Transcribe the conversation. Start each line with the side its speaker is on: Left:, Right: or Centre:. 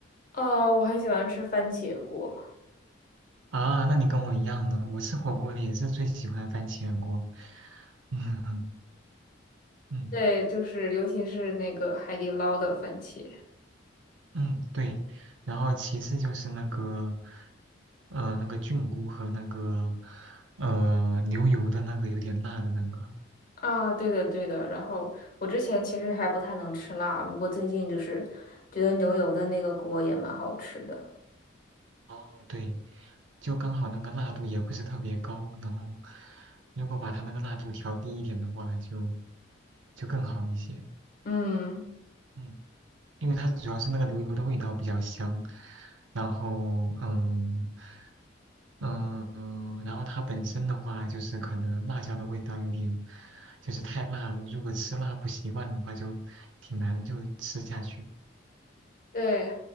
Left: 哦，我很喜欢吃番茄锅。
Right: 啊，那你跟我一样呢，我吃火锅也是最喜欢番茄锅。嗯嗯
Left: 对，就是尤其是那个海底捞的番茄
Right: 嗯，对。然后其次就是那个，呃，那个菌菇和那个，呃，牛油的那个有点辣的那个。
Left: 啊，对的对的。然后我之前其实还不太能吃辣，不过最近就是觉得牛油的那个锅也蛮好吃的。
Right: 哦，对，就刚好那个辣度也不是特别高，然后如果把它那个辣度调低一点的话就，就更好一些。
Left: 嗯。
Right: 嗯，因为它主要是那个牛油的味道比较香，然后嗯嗯，嗯然后它本身的话就是可能辣椒的味道有点就是太辣了，如果吃辣不习惯的话就挺难就吃下去。
Left: 对，